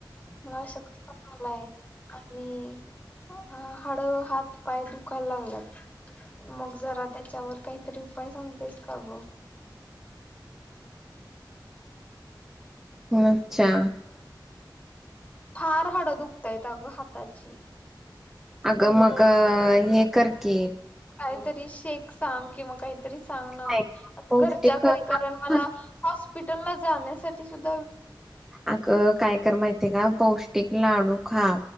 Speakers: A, on the left; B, in the centre.
A: मला अशक्त पण आलाय. आणि हाड हात पाय दुखायला लागलात. मग जरा त्याच्यावर काहीतरी उपाय सांगतेस. का ग
B: अच्छा
A: फार हड दुखतायेत अगं हाताची
B: अगं
A: कंबर
B: मग हे करकी
A: काहीतरी शेक सांग किंवा काही काही तरी सांग ना
B: नाही पौष्टिक
A: घरच्या घरी
B: लाडू
A: कारण मला
B: खा
A: हॉस्पिटल ला जाण्यासाठी सुध
B: अग काय कर माहित ते का पौष्टिक लाडू खा